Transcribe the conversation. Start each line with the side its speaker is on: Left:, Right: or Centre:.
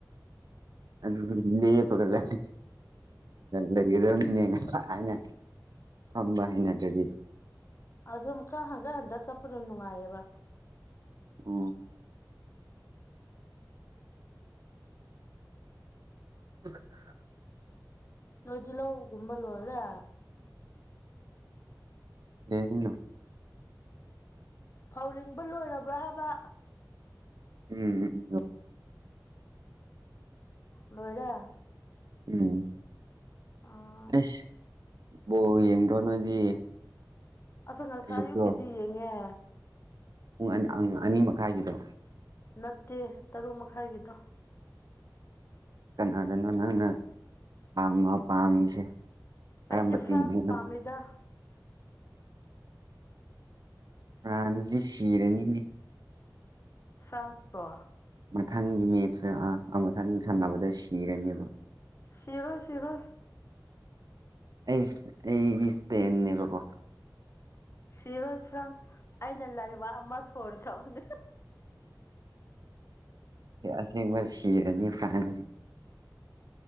Right: ꯑꯗꯨꯗꯤ ꯂꯦꯞꯄꯒ ꯂꯩꯖꯤꯛ ꯂꯩꯒꯗꯕꯅꯤ ꯏꯅꯦ ꯉꯁꯥꯏꯅ ꯐꯝꯕ ꯍꯩꯅꯗ꯭ꯔꯗꯤ
Left: ꯑꯥꯖꯨ ꯃꯨꯛꯀ ꯍꯟꯒꯠ ꯍꯟꯗꯥ ꯆꯠꯄꯗꯣ ꯅꯨꯡꯉꯥꯏꯌꯦꯕ
Right: ꯑꯣ <unintelligible>
Left: ꯅꯣꯏꯗꯤ ꯂꯧꯒꯨꯝꯕ ꯂꯣꯏꯔꯦ
Right: ꯀꯦ ꯍꯥꯏꯅꯣ
Left: ꯐꯧ ꯂꯤꯡꯕ ꯂꯣꯏꯔꯕ꯭ꯔꯥ ꯍꯥꯏꯕ
Right: ꯎꯝ
Left: ꯂꯣꯏꯔꯦ
Right: ꯎꯝ
Left: ꯑꯥ
Right: ꯑꯦꯁ ꯕꯣꯜ ꯌꯦꯡꯗ꯭ꯔꯣ ꯅꯣꯏꯗꯤ
Left: ꯑꯗꯨ ꯉꯁꯥꯏ
Right: ꯑꯌꯨꯛꯇꯣ
Left: ꯑꯌꯨꯛꯀꯤꯗꯤ ꯌꯦꯡꯉꯦ
Right: ꯄꯨꯡ ꯑꯟ ꯑꯪ ꯑꯅꯤ ꯃꯈꯥꯏꯒꯤꯗꯣ
Left: ꯅꯠꯇꯦ ꯇꯔꯨꯛ ꯃꯈꯥꯏꯒꯤꯗꯣ
Right: ꯀꯅꯥꯗꯅꯣ ꯅꯪꯅ ꯄꯥꯃ ꯄꯥꯝꯃꯤꯁꯦ ꯀꯔꯝꯕ
Left: ꯑꯩꯗꯤ
Right: ꯇꯤꯝꯗꯅꯣ
Left: ꯐ꯭ꯔꯥꯟꯁ ꯄꯥꯝꯃꯤꯗ
Right: ꯐ꯭ꯔꯥꯟꯖꯤ ꯁꯤꯔꯅꯤꯅꯦ
Left: ꯐ꯭ꯔꯥꯟꯁꯄꯣ
Right: ꯃꯊꯪꯒꯤ ꯃꯦꯠꯁꯇ ꯑꯥ ꯃꯊꯪ ꯁꯥꯟꯅꯕꯗ ꯁꯤꯔꯅꯦꯕ
Left: ꯁꯤꯔꯣꯏ ꯁꯤꯔꯣꯏ
Right: ꯑꯦꯁ ꯑꯩꯗꯤ ꯏꯁꯄꯦꯟꯅꯦꯕꯀꯣ
Left: ꯁꯤꯔꯣꯏ ꯐ꯭ꯔꯥꯟꯁ ꯑꯩꯅ ꯂꯩꯕꯥꯛ ꯑꯃ ꯁꯣꯟꯈ꯭ꯔꯕꯅꯦ
Right: ꯑꯁꯦꯡꯕ ꯁꯤꯔꯅꯤ ꯐ꯭ꯔꯥꯟ